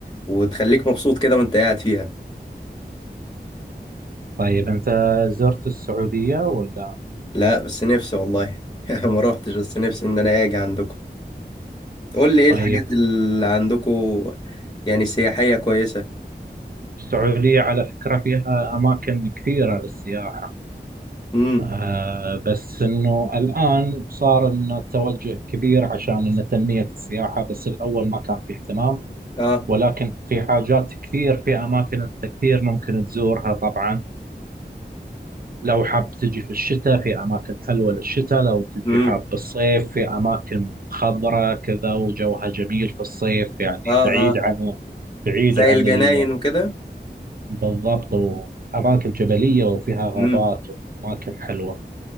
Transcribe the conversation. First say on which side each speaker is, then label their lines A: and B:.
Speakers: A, on the left; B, on the right.
A: وتخليك مبسوط كده وانت قاعد فيها
B: طيب أنت زرت السعودية ولا
A: لا بس نفسي والله <laughs> ما روحتش بس نفسي ان انا اجي عندكم قول لي ايه
B: طيب
A: الحاجات اللي عندكم يعني سياحية كويسة
B: السعودية على فكرة فيها أماكن كثيرة للسياحة
A: امم
B: آه بس إنه الآن صار إنه توجه كبير عشان إنه تنمية السياحة بس الأول ما كان في اهتمام
A: اه
B: ولكن في حاجات كثير في أماكن أنت كثير ممكن تزورها طبعا لو حاب تجي في الشتاء في أماكن حلوة للشتاء لو تجي
A: امم
B: حاب بالصيف في أماكن خضرة كذا وجوها جميل في الصيف يعني
A: اه
B: بعيد
A: اه
B: عن بعيد
A: زي
B: عن
A: الجناين
B: ال...
A: وكده
B: بالضبط وأماكن جبلية وفيها غابات
A: امم
B: وأماكن حلوة